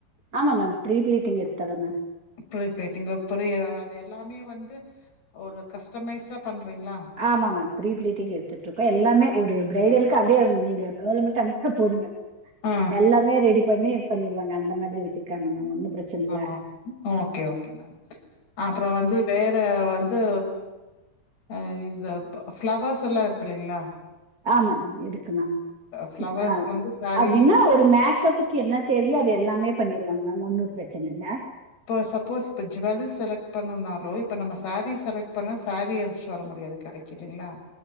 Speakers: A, on the right (about 25°); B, on the left (about 85°).
A: ஆமா மேம் பிரீ பிளீடிங் எடுத்து தரோ மேம்
B: ப்ரீ வெட்டிங்கு அப்பறோ எ அது எல்லாமே வந்து ஒரு கஸ்டமைஸ்டா பண்றீங்ளா
A: ஆமாங்க ப்ரீ பிளீட்டிங் எடுத்துட்டுருக்கோ எல்லாமே ஒரு ப்ரைடலுக்கு அப்டியே நீங்க கேள் மட்டு அனுப்புனா போதுங்க
B: ஆ.
A: எல்லாமே ரெடி பண்ணி இது பண்ணிருவாங்க அந்த மாதிரி வச்சிருக்காங்க மேம் பிரச்சன இல்ல
B: ஆ ஓகே ஓகே மேம் அப்பறோ வந்து வேற வந்து அ இந்த ஃப்ளவர்ஸ் எல்லா இருக்கு இல்லைங்ளா
A: ஆமாங்க இருக்கு மேம்
B: ஃப்ளவர்ஸ்
A: ஆ
B: வந்து சாரீ
A: அப்டின்னா ஒரு மேக்கப் க்கு என்ன தேவையோ அது எல்லாமே பண்ணிருவாங்க ஒண்ணு பிரச்சன இல்ல
B: இப்போ சப்போஸ் இப்போ ஜுவெல் செலக்ட் பண்ணுனாலோ இப்ப நம்ம சாரி செலக்ட் பண்ணா சாரி எடுத்துட்டு வர முடியாது கடைக் கில்லா